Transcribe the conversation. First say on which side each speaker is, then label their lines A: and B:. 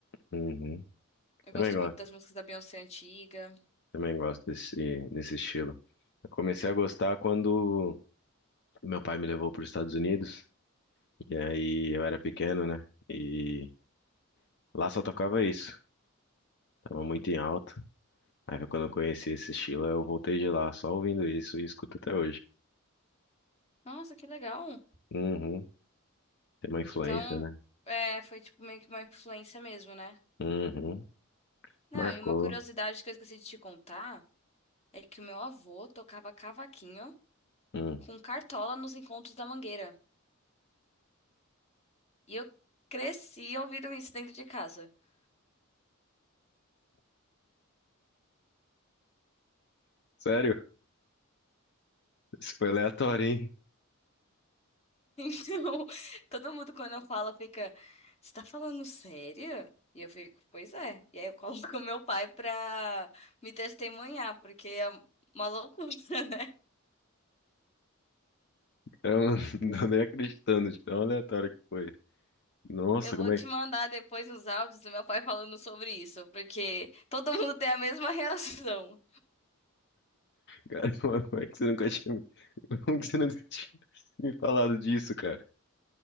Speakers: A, on the left (about 50°); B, on the left (about 30°).
A: Uhum,
B: Eu
A: também
B: gosto
A: gosto,
B: muito das músicas da Beyoncé antiga.
A: também gosto desse, desse estilo. Eu comecei a gostar quando meu pai me levou para os Estados Unidos. E aí eu era pequeno, né? E lá só tocava isso. Tava muito em alta. Aí quando eu conheci esse estilo, eu voltei de lá, só ouvindo isso e escuto até hoje.
B: Nossa, que legal.
A: Uhum. Tem uma influência,
B: Então,
A: né?
B: é, foi tipo meio que uma influência mesmo, né?
A: Uhum.
B: Não,
A: Marcou.
B: e uma curiosidade que eu esqueci de te contar é que o meu avô tocava cavaquinho
A: Hum.
B: com cartola nos encontros da Mangueira. E eu cresci ouvindo isso dentro de casa. <laughs>
A: Sério? Isso foi aleatório, hein?
B: Então, todo mundo quando eu falo fica, você tá falando sério? E eu fico, pois é. E aí eu coloco <laughs> meu pai pra me testemunhar, porque é uma loucura, né?
A: Eu não <laughs> tô nem acreditando de tão aleatório que foi. Nossa,
B: Eu vou
A: como
B: te
A: é,
B: mandar depois uns áudios do meu pai falando sobre isso, porque todo mundo tem a mesma <laughs> reação.
A: cara, <laughs> como é que você nunca tinha, me- <laughs> como que você nunca <laughs> tinha me falado disso, cara?